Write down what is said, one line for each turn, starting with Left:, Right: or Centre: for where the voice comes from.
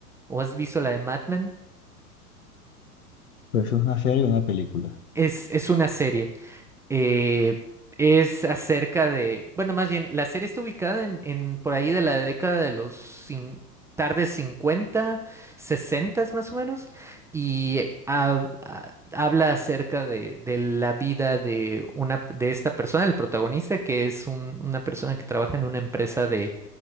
Centre: o has visto la de Mad Men.
Left: Pues es una serie o una película.
Centre: Es, es una serie. eh, es acerca de, bueno, más bien, la serie está ubicada en, en por ahí de la década de los cin- tardes 50, 60 más o menos, y hab- ha- habla acerca de, de la vida de una de esta persona, el protagonista, que es un- una persona que trabaja en una empresa de,